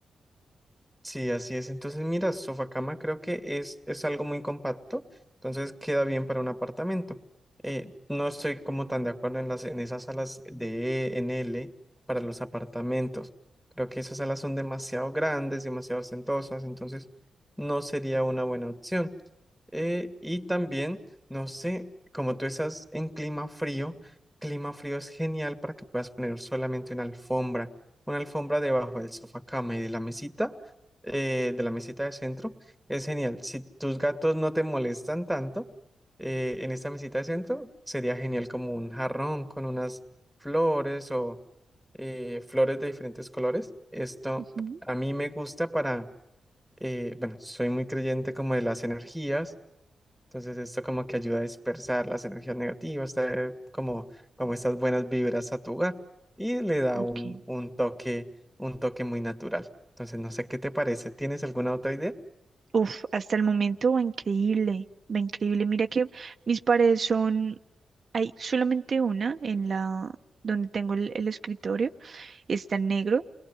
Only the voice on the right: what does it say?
Ujú,
Ok.
Uf, hasta el momento va increíble, va increíble. Mira que mis paredes son Hay solamente una en la donde tengo el, el escritorio, está en negro